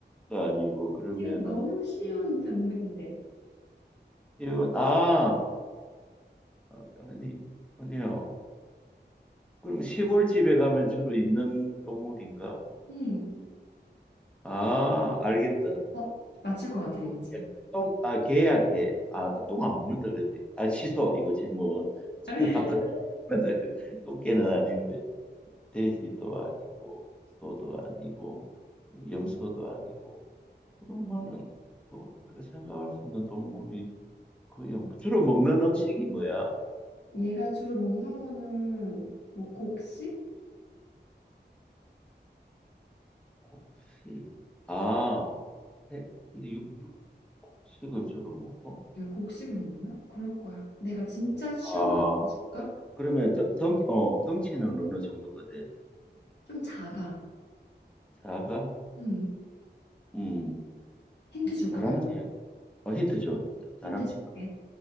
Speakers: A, in the centre; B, on the left.
A: 염소도 아니고 그러면은
B: 이거 너무 쉬운 동물인데.
A: 이건 아 아, 아니, 아니요. 그럼 시골집에 가면 주로 있는 동물인가?
B: 음,
A: 아, 알겠다.
B: 어, 맞출 것 같아 왠지.
A: 똥개, 똥, 아, 개야, 개. 아, 똥 안 먹는다 그랬는데. 아, 취소, 이거 질문. <laughs>
B: <laughs>
A: 제가 아까 똥 먹는다 그랬는데 똥개는 아닌데. 돼지도 아니고, 소도 아니고, 염소도 아니고. 그러면은, 뭐, 우리가 생각할 수 있는 동물이 거의, 없- 주로 먹는 음식이 뭐야?
B: 얘가 주로 먹는 거는 뭐 곡식?
A: 곡식. 아, 해- 근데 육, 육, 곡식을 주로 먹어?
B: 얘 곡식을 먹나? 그럴 거야. 내가 진짜 쉬운
A: 아,
B: 힌트 줄까?
A: 그러면 덩, 덩, 어, 덩치는
B: 어,
A: 어느 정도가 돼?
B: 좀 작아.
A: 사가?
B: 음,
A: 음,
B: 힌트 줄까
A: 다람쥐.
B: 말까?
A: 어, 힌트 줘, 힌트. 다람쥐인가?
B: 힌트 줄게.